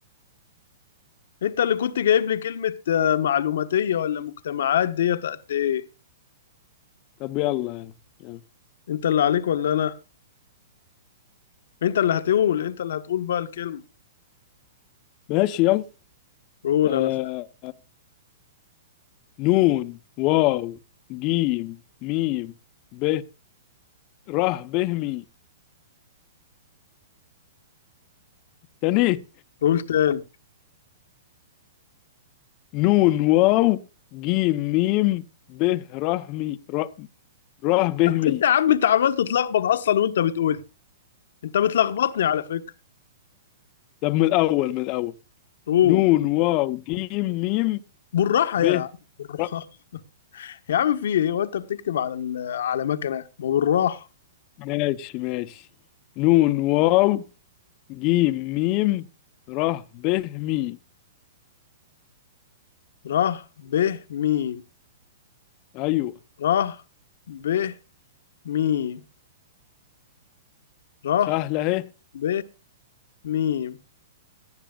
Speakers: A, on the left; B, on the left.
A: انت اللي كنت جايب لي كلمة آه، معلوماتية ولا مجتمعات ديت قد ايه
B: طب يلا يلا
A: انت اللي عليك ولا انا انت اللي هتقول انت اللي هتقول بقى الكلمة
B: ماشي يلا
A: قول
B: آه
A: انا فاكر.
B: نون واو جيم ميم ب ره به مي تاني
A: قول تاني
B: نون واو جيم ميم ب ره مي ر- ره به مي
A: انت يا عم انت عمال تتلخبط اصلا وانت بتقول انت بتلخبطني على فكرة
B: طب من الأول من الأول
A: قول
B: نون واو جيم ميم
A: بالراحة
B: ب
A: يا عم بالراحة
B: ر
A: يا عم في ايه وانت بتكتب على ال... على مكنة ما بالراحة
B: ماشي ماشي نون واو جيم ميم ر ب مي
A: ره ب ميم
B: أيوه
A: ره ب ميم ره
B: سهلة أهي
A: ب ميم